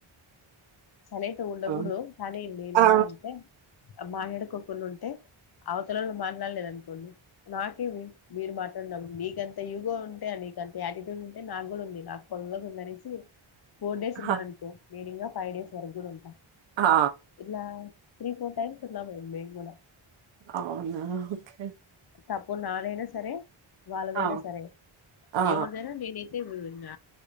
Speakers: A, on the left; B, on the right.
A: చలట ఉండకూడ
B: ఆ!
A: తదేం నేను
B: ఆ!
A: ఎలా అంటే మా ఎడకు కొన్ని ఉంటే అవతలంలో మాట్లాడలేద అనుకోండి నాకేమి మీరు మాట్లాడున మీకెంత యుగొ ఉంటే అని మీకంత యాటిట్యూడ్ ఉంటే నాకు కూడా ఉంది నాకు పుల్లగుంది అనేసి ఫోర్ డేస్ ఉన్నారనుకో
B: హా!
A: నేను ఇంకా ఫైవ్ డేస్ వరకు కూడా ఉంట
B: ఆ!
A: ఇలా త్రీ ఫోర్ టైమ్స్ వున్నామే మేం కూడా
B: అవునా ఓకే
A: తప్పు నాదైనా సరే వాళ్ళదైనా
B: ఆ!
A: సరే
B: ఆ!
A: ఎవరిదైనా నేనైతే వినను ఇంగ